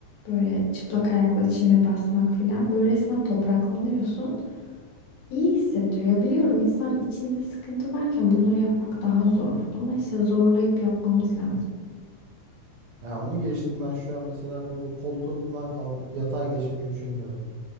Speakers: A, on the left (about 75°); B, on the right (about 70°).
A: böyle çıplak ayakla çime basmak filan böyle resmen topraklanıyorsun. İyi hissettiriyor. Biliyorum insan içinde sıkıntı varken bunları yapmak daha zor ama işte zorlayıp yapmamız lazım.
B: Ya onu geçtim ben şu an mesela burada koltuğumdan kalkıp yatağa geçmeye üşeniyorum.